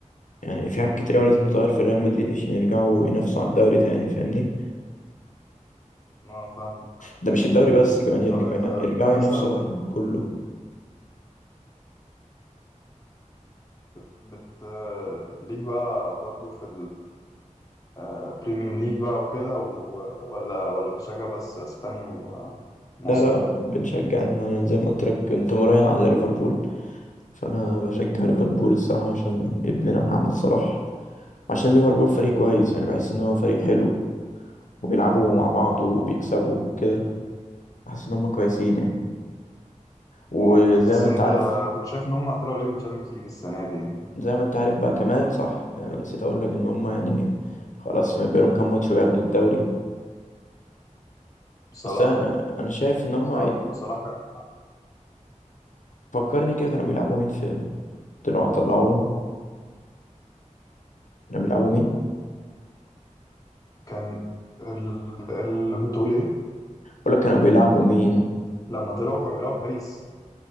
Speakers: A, on the left (about 75°); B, on the left (about 25°).
A: يعني في حاجات كتير أوي لازم تتغير في ريال مدريد عشان يرجعوا ينافسوا على الدوري تاني فاهمني
B: ما فاهم
A: ده مش الدوري بس كمان يرجعوا
B: طب انت
A: ينا- يرجعوا
B: مثلا
A: ينافسوا
B: بت
A: كله
B: بت, بت... آه، ليك بقى برضو في البريميوم ليج بقى وكده و... ولا ولا بتشجع بس اسباني و- ومصري
A: لا لا بنشجع أما زي ما قلت لك كنت مراهن على ليفربول فأنا بشجع ليفربول الصراحة عشان ابننا محمد صلاح عشان ليفربول فريق كويس يعني بحس إن هو فريق حلو وبيلعبوا مع بعض وبيكسبوا وكده بحس إن هما كويسين يعني وزي
B: بس
A: ما أنت
B: انت
A: عارف
B: كنت شايف ان هم طلعوا ليه من الشامبيونز ليج السنة دي يعني
A: زي ما أنت عارف بقى كمان صح نسيت أقول لك إن هما يعني خلاص ما بينهم كام ماتش وياخدوا الدوري
B: صلاح
A: بس انا انا شايف ان هم
B: اه
A: يت-
B: وصلاح كان
A: فكرني كده كانوا بيلعبوا مين في طلعوا طلعوهم كانوا بيلعبوا مين
B: وكان ال... ال... بتقول ايه
A: ولا كانوا بيلعبوا مين
B: لما طلعوا كانوا بيلعبوا باريس